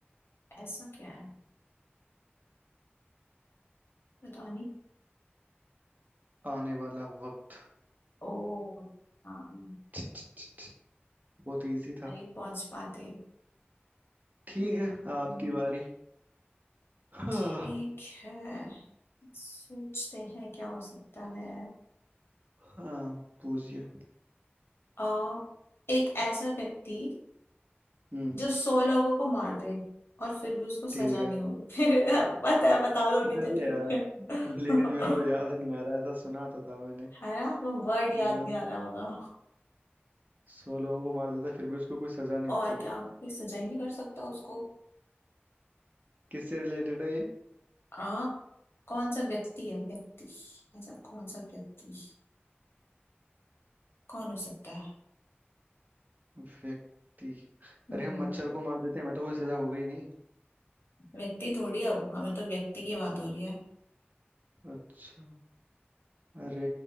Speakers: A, on the left; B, on the right.
A: ऐसा क्या है पता नहीं
B: आने वाला वक्त
A: ओ नानी
B: <laughs> छ, छ, छ, छ, बहुत इजी था
A: नहीं पहुंच पाते
B: ठीक
A: हम्म,
B: है आपकी
A: हम्म,
B: बारी हाँ
A: ठीक है सोचते हैं क्या हो सकता है
B: हाँ पूछिए
A: आ, एक ऐसा व्यक्ति
B: हम्म
A: जो सौ लोगों को मार दे और फिर भी उसको सजा
B: ठीक है
A: नहीं होगी <laughs> फिर बता बता दोगे
B: अरे
A: जल्दी
B: यार
A: <laughs>
B: लेकिन मेरे को याद नहीं आ रहा ऐसा सुना तो था मैंने
A: है ना वो वर्ड
B: हम्म,
A: याद नहीं आ रहा होगा
B: सौ लोगों को मार देता है फिर भी उसको कोई सजा नहीं होती
A: और क्या कोई सजा ही नहीं कर सकता उसको
B: किससे रिलेटेड है ये
A: आ कौन सा व्यक्ति है व्यक्ति ऐसा कौन सा व्यक्ति कौन हो सकता है
B: व्यक्ति
A: हम्म
B: अरे हम मच्छर को मार देते हैं हमें तो कोई सजा हो गई नहीं
A: व्यक्ति थोड़ी है वो हमें तो व्यक्ति की बात हो रही है
B: अच्छा अरे